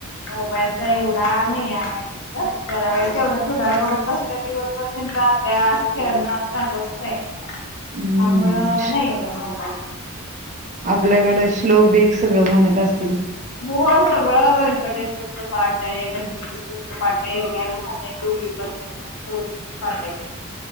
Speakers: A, on the left; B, on the right.
A: मोबाईलचा एवढा नाही काय अभ्यास करत्यात. घेतात जरा वेळ तेवढंच, थोडावेळ बघत बसत्यात दिवसभर तेंचा अभ्यास, खेळणं चालू असतंय त्यामुळं
B: हम्म
A: नाही एवढा मोबाईल
B: आपल्याकड श्लोक बीक सगळं म्हणत असत्यात.
A: होय सगळं व्यंकटेश्वर स्त्रोत पाठ हाय गणपती स्त्रोत पाठ हाय उद्या आणि सांगितलय तो पण दोघींना पण पाठ हाय